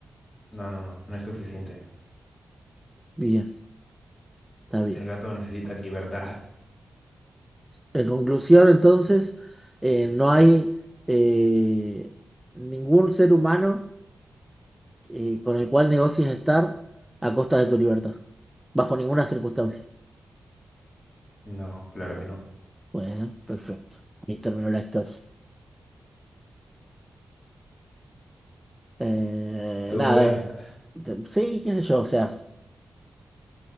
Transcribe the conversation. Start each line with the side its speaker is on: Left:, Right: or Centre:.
Left: No, no, no, no es suficiente.
Centre: Bien, está bien.
Left: El gato necesita libertad.
Centre: En conclusión, entonces, eh, no hay eh, ningún ser humano eh, con el cual negocies estar a costa de tu libertad, bajo ninguna circunstancia.
Left: No, claro que no.
Centre: Bueno, perfecto. Y terminó la historia. Eh,
Left: Todo
Centre: nada,
Left: buena.
Centre: te- sí, qué sé yo, o sea,